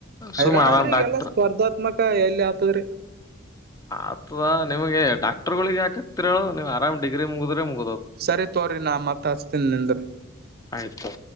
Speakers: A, on the left (about 15°); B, on the right (about 50°).
A: ಸುಮ್
B: ಹರಾಣದ್ರಿ
A: ಆರಾಮ್ ಡಾಕ್ಟರ್
B: ಈಗೆಲ್ಲ ಸ್ಪರ್ಧಾತ್ಮಕ ಎಲ್ಲಿ ಆತದ್ರಿ
A: ಆಥವಾ ನಿಮಗೆ ಡಾಕ್ಟರ್ಗಳಿಿಗೆ ಯಾಕಕ್ತಿರು ನೀ್ ಆರಾಮ್ ಡಿಗ್ರಿ ಮುಗಿದ್ರೆ ಮುಗ
B: ಸರಿ ತೋ್ರಿ ನಾ ಮತ್ ಹಸ್ತೀನಿ ನಿಂದ್ರ
A: ಆಯ್ತು